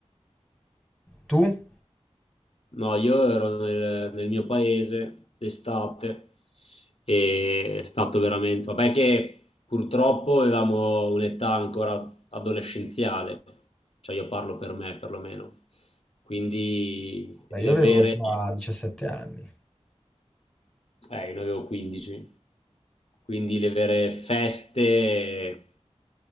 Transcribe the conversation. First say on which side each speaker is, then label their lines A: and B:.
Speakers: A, in the centre; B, on the left.
A: Tu?
B: No, io ero nel, nel mio paese d'estate e è stato veramente... Vabbè che purtroppo avevamo un'età ancora adolescenziale, cioè io parlo per me perlomeno, quindi
A: Beh,
B: le
A: io avevo
B: vere...
A: già 17 anni.
B: Eh, io ne avevo 15, quindi le vere feste,